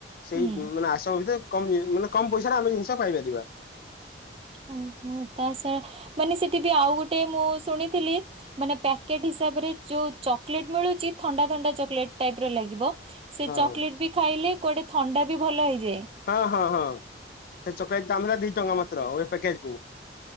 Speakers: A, on the left; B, on the right.
A: ସେଇ
B: ହୁଁ
A: ମାନେ ଆଶ୍ରମ ଭିତରେ କମ୍ ମାନେ କମ୍ ପଇସାରେ ଆମେ ଜିନିଷ ପାଇପାରିବା।
B: ଉଁ ହୁଁ ତା ସହ ମାନେ ସେଠି ବି ଆଉ ଗୋଟେ ମୁଁ ଶୁଣିଥିଲି। ମାନେ ପ୍ୟାକେଟ୍ ହିସାବରେ। ଯୋଉ ଚକୋଲେଟ ମିଳୁଛି ଥଣ୍ଡା ଥଣ୍ଡା ଚକଲେଟ ଟାଇପ ର ଲାଗିବ ସେ
A: ହଁ
B: ଚକୋଲେଟ ବି। ଖାଇଲେ କୁଆଡେ ଥଣ୍ଡା ବି ଭଲ ହେଇଯାଏ।
A: ହଁ ହଁ ହଁ ସେ ଚକଲେଟ ଦାମ ହେଲା ଦି ଟଙ୍କା ମାତ୍ର ଗୋଟେ ପ୍ୟାକେଟ କୁ।